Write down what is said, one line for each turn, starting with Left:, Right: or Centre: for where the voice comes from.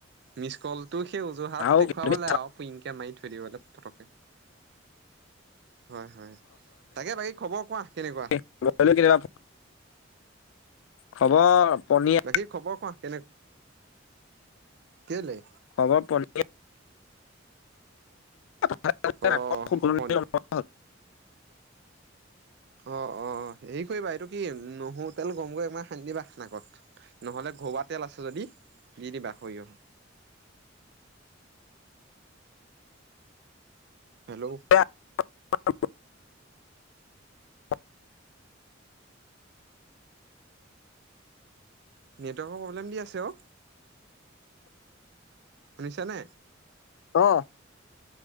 Right: মিচ কলটো সেই অজোহাত
Left: আৰু
Right: দেখুৱাবলে
Left: তুমি
Right: আও। কুইংকে মাৰি থৈ দিবলে পটকে। হয় হয়, তাকে বাকী খবৰ কোৱা কেনেকুৱা?
Left: খবৰ খাতি কেনেকা? খবৰ পনীয়া।
Right: বাকি খবৰ কোৱা কেনে, কেলে?
Left: খবৰ পনীয়া। <unintelligible>
Right: অ' পন অঁ অঁ, হেৰি কৰিবা এইটো কি নহৰো তেল গৰম কৰি অকমান সানি দিবা নাকত। নহ'লে ঘৰোৱা তেল আছে যদি দি দিবা সৰিয়হ। হেল্লৌ'।
Left: <unintelligible>
Right: নেটৱৰ্কৰ প্ৰব্লেম দি আছে অ। শুনিছ নে?
Left: অ